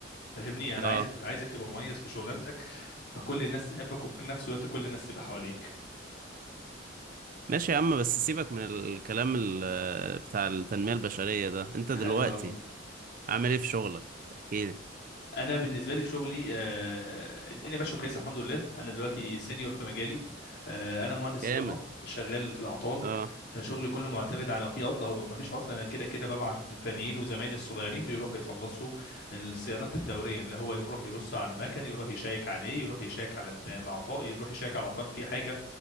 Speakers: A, on the left (about 60°); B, on the right (about 45°).
A: فاهمني انا
B: اه
A: عايزك عايزك تبقى مميز في شغلانتك فكل الناس تحبك وفي نفس الوقت كل الناس تبقى حواليك
B: ماشي يا عم بس سيبك من الكلام ال- بتاع التنمية البشرية ده انت دلوقتي
A: حلو قوي
B: عامل ايه في شغلك احكي لي
A: انا بالنسبه لي في شغلي آه، الدنيا ماشيه كويسه الحمد لله انا دلوقتي سينيور في مجالي آه، انا مهندس
B: جامد
A: صيانه شغال في الاعطال
B: اه
A: فشغلي كله معتمد على لو في عطله هروح ما فيش عطله انا كده كده ببعت الفنيين وزمايلي الصغيرين بيروحوا يخلصوا الصيانات الدوريه اللي هو يروح يبص على المكن يروح يشيك عليه يروح يشيك على الد- الاعطال يروح يشيك على الاعطال في حاجه